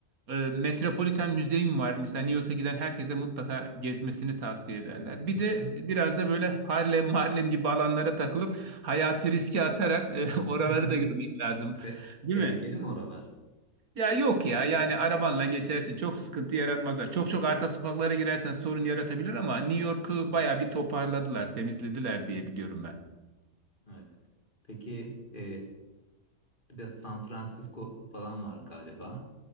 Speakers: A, on the right; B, on the left.
A: e, Metropolitan Müzeyim var. Mesela New York'a giden herkese mutlaka gezmesini tavsiye ederler. Bir
B: Lütfen.
A: de biraz da böyle Harlem, Harlem gibi alanlara takılıp hayatı riske atarak e, <laughs> oraları
B: <laughs>
A: da görmek lazım.
B: Te-
A: Değil
B: tehlikeli
A: mi?
B: mi oralar?
A: Ya yok ya yani arabanla geçersin. Çok sıkıntı yaratmazlar. Çok çok arka sokaklara girersen sorun yaratabilir ama New York'u
B: Evet.
A: bayağı bir toparladılar, temizlediler diye biliyorum ben.
B: Evet. Peki e, bir de San Francisco falan var galiba.